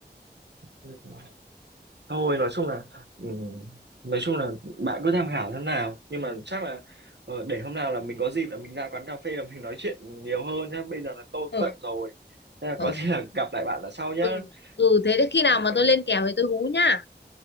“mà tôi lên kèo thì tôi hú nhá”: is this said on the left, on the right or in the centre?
Left